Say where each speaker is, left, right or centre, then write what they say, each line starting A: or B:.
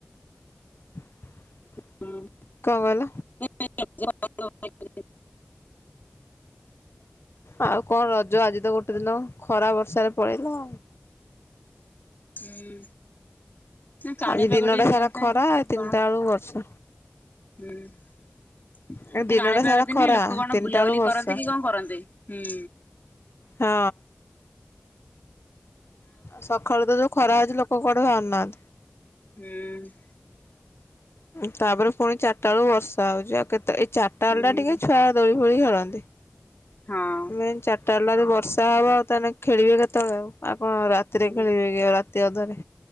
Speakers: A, on the left; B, on the left.
A: <inaudible>
B: ହୁଁ।
A: କଣ
B: <inaudible>
A: କହିଲ
B: <unintelligible>
A: ଆଉ କଣ ର ଜ ଯୋଉ ଆଜି ତ ଗୋଟେ ଦିନ ଖରା ବର୍ଷାରେ ପଳିଲା।
B: ହୁଁ। ନା କାଣିପାଗ
A: ଆଜି ଦିନଟା
B: ଟିକେ ଦିଅନ୍ତା
A: ସାରା ଖରା ତିନିଟା
B: କଣ
A: ବେଳୁ ବର୍ଷା
B: ହୁଁ ଏ
A: ଏ ଦିନଟା
B: କାଣିପାଗ
A: ସାରା
B: ଦିନେ
A: ଖରା
B: ଲୋକ କଣ
A: ତିନିଟା
B: ବୁଲାବୁଲି
A: ବେଳୁ ବର୍ଷା
B: କରନ୍ତି କି କଣ କରନ୍ତି। ହୁଁ।
A: ହଁ। ଆଉ ସକାଳୁ ତ ଯୋଉ ଖରା ଅଉଛି ଲୋକ ପ କଡ଼ିବ ଅନାନ୍ତି।
B: ହୁଁ
A: ତାପରେ ପୁଣି ଚାରିଟା ବେକୁ ବର୍ଷା ହଉଛି ଆଉ କେତେ ତ ଏଇ ଚିଟାେ
B: ହୁଁ
A: ଟିକେ ଛୁଆ ଦଉଳିବ ହଳି ଖେଳନ୍ତି।
B: ହଁ
A: ମେ ଚାରିଟା ଖ ବର୍ଷା ହବ ଆଉ ତାହେଲେ ଖେଳିବେ କେତେବେଳେ ଆଉ। ହଁ ରାତରେିବେ
B: ହୁଁ
A: ରା ସେ ଓଧରେ